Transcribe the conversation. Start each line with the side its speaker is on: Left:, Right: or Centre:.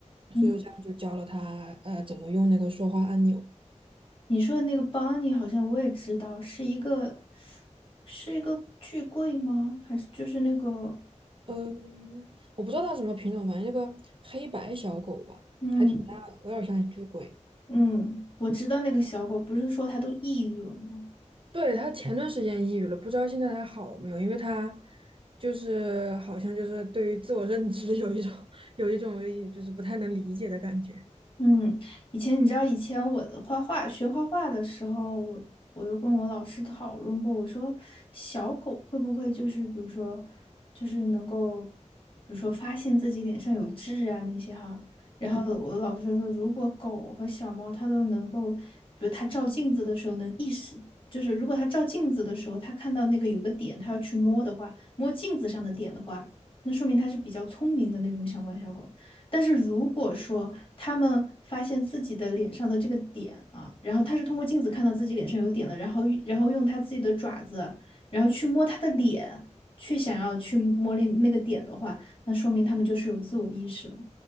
Left: 嗯，
Right: 所以我这样就教了它呃怎么用那个说话按钮。
Left: 你说的那个邦尼好像我也知道，是一个是一个巨贵吗？还是就是那个
Right: 嗯，我不知道它什么品种，反正那个黑白小狗吧，
Left: 嗯
Right: 有点像一只鬼。
Left: 嗯，我知道那个小狗，不是说它都抑郁了吗？
Right: 对，它前段时间抑郁了，不知道现在还好没有，因为它就是好像就是对于自我认知 <laughs> 有一种 <laughs> 有一种就是不太能理解的感觉。
Left: 嗯，以前你知道，以前我画画学画画的时候，我我又跟我老师讨论过，我说小狗会不会就是比如说就是能够，比如说发现自己脸上有痣啊那些哈，然后我老师就说，
Right: 嗯
Left: 如果狗和小猫它都能够，比如它照镜子的时候能意识，就是如果它照镜子的时候，它看到那个有个点，它要去摸的话，摸镜子上的点的话，那说明它是比较聪明的那种小猫小狗。但是如果说他们发现自己的脸上的这个点啊，然后他是通过镜子看到自己脸上有点的，然后然后用他自己的爪子，然后去摸他的脸，去想要去摸那那个点的话，那说明他们就是有自我意识了。